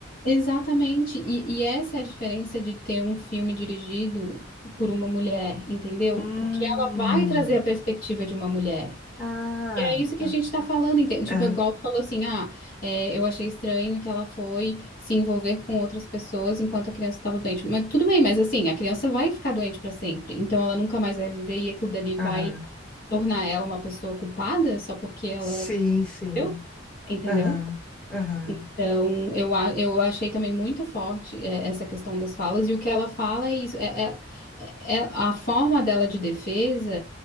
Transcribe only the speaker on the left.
Exatamente. E, e essa é a diferença de ter um filme dirigido por uma mulher, entendeu?
Porque ela vai trazer a perspectiva de uma mulher.
E é isso
que a gente está falando, entende?
Tipo, igual tu falou assim, ah, é, eu achei estranho que ela foi se envolver com outras pessoas enquanto a criança estava doente. Mas tudo bem, mas assim, a criança vai ficar doente para sempre. Então ela nunca mais vai viver e aquilo dali vai
tornar ela uma pessoa culpada só porque ela,
entendeu? Entendeu?
Então, eu, a- eu achei também muito forte é, essa questão das falas, e o que ela fala é isso, é, é- é- é- a forma dela de defesa